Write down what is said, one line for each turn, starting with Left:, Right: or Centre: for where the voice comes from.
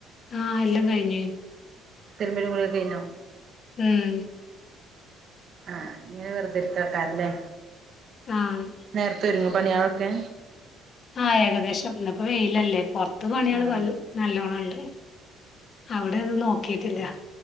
Left: ആഹ് എല്ലാം കഴിഞ്ഞ്
Right: തിരുമ്പലും കുലിയൊക്കെ കയിഞ്ഞോ?
Left: ഉം
Right: ആഹ് ഞ് വെറുതെര്ക്കാര്ക്കാാരല്ലേ
Left: ആഹ്
Right: നേരത്തെരുങ്യോ? പണ്യേളൊക്കെ
Left: ആഹ് ഏകദേശം ഇന്ന്പ്പോ വെയിലല്ലേ പുറത്ത് പണിയാള്
Right: ആഹ്
Left: നല്ലോണംണ്ട് അവിടെന്ന് നോക്കിയിട്ടില്യ